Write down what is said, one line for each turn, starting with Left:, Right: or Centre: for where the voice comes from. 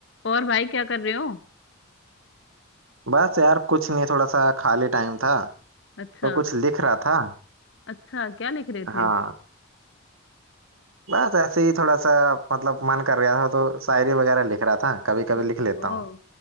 Left: और भाई क्या कर रहे हो
Right: बस यार कुछ नहीं थोड़ा सा खाली टाइम था
Left: अच्छा
Right: तो कुछ लिख रहा था
Left: अच्छा क्या लिख रहे थे
Right: हाँ बस ऐसे ही थोड़ा सा मतलब मन कर रहा था तो शायरी वगैरह लिख रहा था कभी कभी
Left: ओहो
Right: लिख लेता हूँ